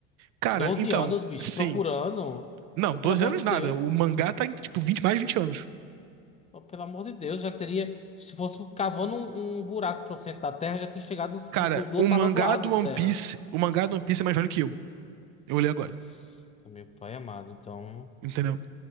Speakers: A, on the right; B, on the left.
A: Cara,
B: 12
A: então,
B: anos, bicho,
A: sim.
B: procurando.
A: Não, 12
B: Pelo amor
A: anos
B: de
A: nada.
B: Deus.
A: O mangá tá em, tipo, 20 mais de 20 anos.
B: Pelo amor de Deus, já teria. Se fosse cavando um, um buraco pro centro da Terra, já tinha chegado
A: Cara,
B: no, no- do
A: o
B: outro
A: mangá
B: lado do lado
A: do
B: do
A: One
B: Terra.
A: Piece, o mangá do One Piece é mais velho que eu. Eu olhei agora,
B: Nossa, meu pai amado, então.
A: entendeu?